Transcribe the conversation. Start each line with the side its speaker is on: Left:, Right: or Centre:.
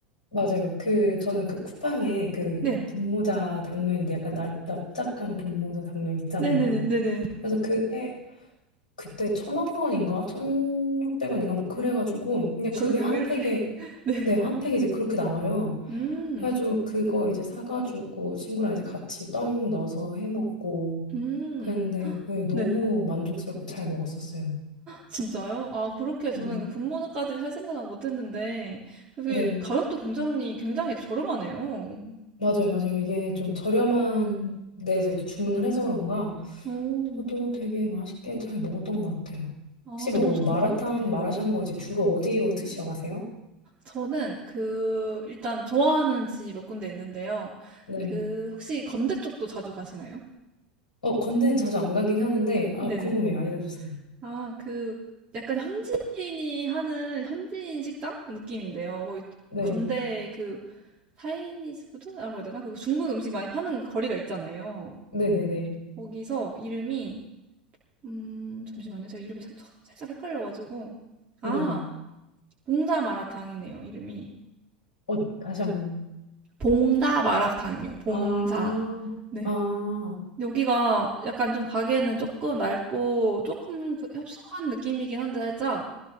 Left: 맞아요. 그 저는 그 쿠팡에 그
Right: 네.
Left: 분모자 당면인데 약간 나, 납작한 분모자 당면 있잖아요.
Right: 네네네네네.
Left: 그래서 그게 그때 1,500원인가 1,600원인가 뭐 그래가지고 근데 그게
Right: 가격이
Left: 한
Right: 왜 이렇게.
Left: 팩에
Right: <laughs> 네.
Left: 네, 한 팩 이제 그렇게 나와요.
Right: 음.
Left: 그래가지고 그거 이제 사가지고 친구랑 이제 같이 떡 넣어서 해 먹고
Right: 음.
Left: 그랬는데 네, 너무
Right: 네.
Left: 만족스럽게 잘 먹었었어요.
Right: 진짜요? 아 그렇게 저는
Left: 음.
Right: 그 분모까지 살 생각은 못 했는데 그게
Left: 네,
Right: 가격도 굉장히, 굉장히 저렴하네요.
Left: 맞아요, 맞아요. 이게 좀 저렴한 데에서 이제 주문을 해서 그런가
Right: 오.
Left: 저도 되게 맛있게 잘 먹었던 것 같아요.
Right: 아
Left: 혹시 뭐
Right: 너무 좋은데요?
Left: 마라탕,
Right: 네.
Left: 마라샹궈 이제 주로 어디로 드시러 가세요?
Right: 저는 그 일단 좋아하는 집 몇 군데 있는데요.
Left: 네.
Right: 그 혹시 건대 쪽도 자주 가시나요?
Left: 어, 건대는 자주 안 가긴 하는데 아,
Right: 네네.
Left: 궁금해요. 알려주세요.
Right: 아 그 약간 현지인이 하는 현지인 식당 느낌인데요. 거기
Left: 네,
Right: 건대 그 차이니즈 푸드라고 해야 되나? 그 중국 음식 많이 파는 거리가 있잖아요.
Left: 네, 네, 네.
Right: 거기서 이름이 음 잠시만요. 제가 이름이 살 살짝 헷갈려 가지고.
Left: 네.
Right: 아 봉자 마라탕이네요 이름이.
Left: 어, 다시 한번.
Right: 봉자 마라탕이요. 봉자.
Left: 아,
Right: 네.
Left: 아,
Right: 여기가 약간 좀 가게는 조금 낡고 조금 그 협소한 느낌이긴 한데 살짝